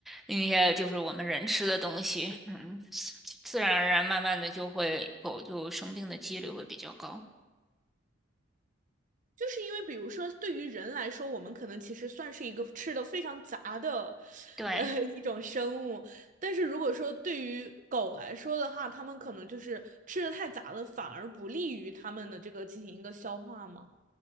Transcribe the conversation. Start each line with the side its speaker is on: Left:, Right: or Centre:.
Centre: 那些就是我们人吃的东西，嗯，自然而然慢慢的就会狗就生病的几率会比较高。
Right: 就是因为，比如说，对于人来说，我们可能其实算是一个吃的非常杂的，<laughs>
Centre: 对，
Right: 呃，一种生物。但是如果说对于狗来说的话，它们可能就是吃的太杂了，反而不利于它们的这个进行一个消化嘛。